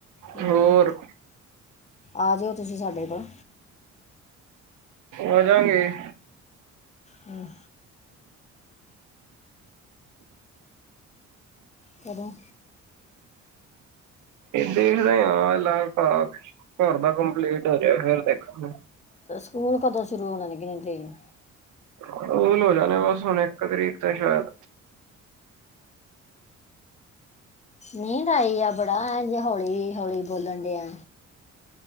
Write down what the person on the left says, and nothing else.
ਹਾਂ,
ਆ ਜਾਓ ਤੁਸੀਂ ਸਾਡੇ ਕੋਲ।
ਹਮ ਕਦੋਂ
ਤੇ ਸਕੂਲ ਕਦੋਂ ਸ਼ੁਰੂ ਹੋਣ ਲੱਗੇ ਨੇ ਟ੍ਰੇਨ
ਨੀਂਦ ਆਈ ਆ ਬੜਾ ਜੇ ਹੌਲੀ -ਹੌਲੀ ਬੋਲਣ ਡਿਆ